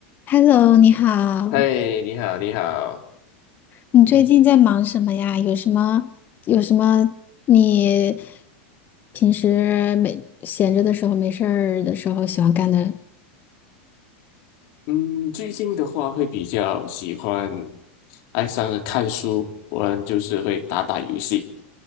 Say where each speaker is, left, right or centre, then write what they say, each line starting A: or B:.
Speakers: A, on the left (about 30°); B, on the left (about 50°).
A: Hello，你好，
B: 嗨，你好，你好。
A: 你最近在忙什么呀？
B: 嗯
A: 有什么有什么你平时没闲着的时候、没事儿的时候喜欢干的？
B: 嗯，最近的话会比较喜欢爱上了看书，不然就是会打打游戏。